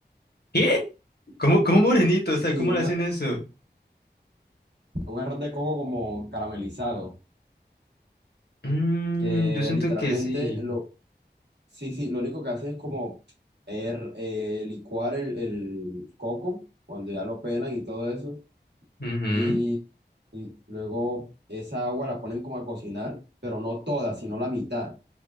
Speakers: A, on the left; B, on the right.
A: ¿Qué? ¿Cómo, cómo morenito? O
B: Sí,
A: sea, ¿cómo
B: un,
A: le hacen
B: ar-
A: eso?
B: un arroz de coco como caramelizado,
A: Mm,
B: que
A: yo siento
B: literalmente
A: que sí.
B: lo, sí, sí, lo único que hace es como er- eh, licuar el, el coco cuando ya lo pelan y todo eso,
A: Ujú.
B: y, y luego esa agua la ponen como a cocinar, pero no toda, sino la mitad.